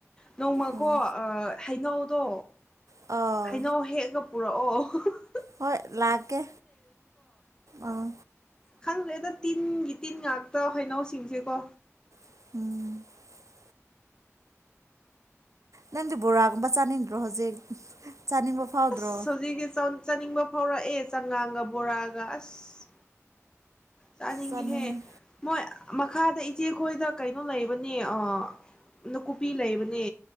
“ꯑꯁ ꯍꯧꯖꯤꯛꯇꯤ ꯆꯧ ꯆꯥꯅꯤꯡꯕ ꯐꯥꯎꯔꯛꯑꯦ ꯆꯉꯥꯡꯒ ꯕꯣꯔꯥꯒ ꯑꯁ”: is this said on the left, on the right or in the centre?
Left